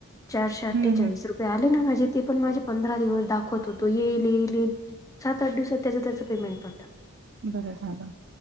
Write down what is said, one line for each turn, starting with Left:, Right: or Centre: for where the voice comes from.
Left: चारशे
Right: हम्म
Left: अठ्ठेचाळीस
Right: हम्म
Left: रुपये आले ना माझे ते पण माझे पंधरा दिवस दाखवत होतो येईल येईल येईल सात आठ दिवसात त्याच त्याच पेमेंट पडलं.
Right: बरं झालं.